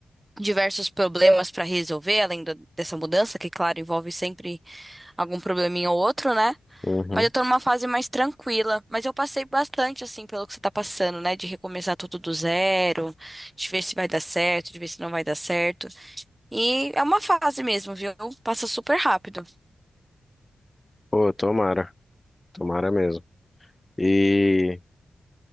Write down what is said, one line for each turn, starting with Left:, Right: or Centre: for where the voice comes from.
Right: diversos problemas pra resolver, além do- dessa mudança, que, claro, envolve sempre algum probleminha ou outro, né?
Left: Uhum.
Right: Mas eu tô numa fase mais tranquila. Mas eu passei bastante, assim, pelo que você tá passando, né? De recomeçar tudo do zero, de ver se vai dar certo, de ver se não vai dar certo. E é uma fase mesmo, viu? Passa super rápido.
Left: Pô, tomara. Tomara mesmo. E